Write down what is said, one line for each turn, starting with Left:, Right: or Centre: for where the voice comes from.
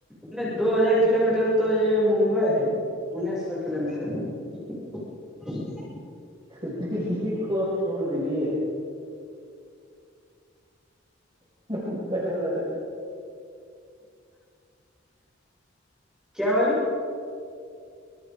Centre: نہیں دو ہزار کلو میٹر تو یہ ممبئی ہے انیس سو کلو میٹر <unintelligible>
Right: تو دلی کو آپ چھوڑ دیجے ممبائی وال ل کا
Centre: کیا والا <unintelligible>